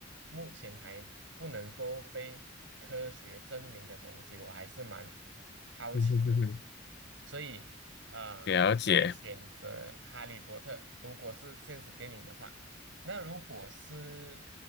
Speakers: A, on the right; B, on the left.
A: 目前还不能够被科学证明的东西，我还是蛮好奇的。
B: 嗯哼，嗯哼，
A: 所以，呃，
B: 了解，
A: 我会选择《哈利波特》，如果是现实电影的话。那如果是